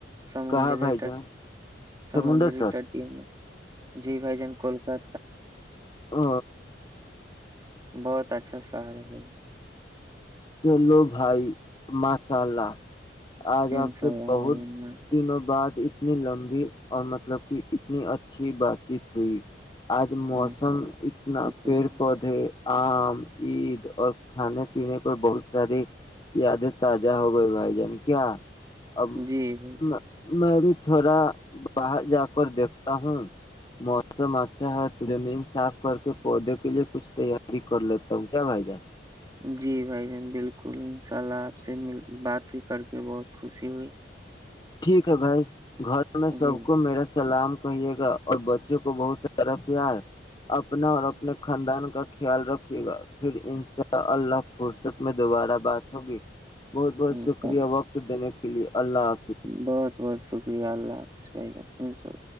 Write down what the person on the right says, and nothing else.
سمندری
سمندری
ٹی میں جی بائی جان کولکا
بہت اچھا شہر ہے ب
انشاء
اللہ
بھائی جان ماشاء
اللہ،
انشاء اللہ
شکریہ
جی بھائی
جی بھائی جان بالکل ان شاء اللہ آپ سے م بات بھی کر کے بہت خوشی ہوئی
جی
ٹھیک
انشاء
اللہ
بہت بہت شکریہ اللہ حافظ بائی جان اناءلہ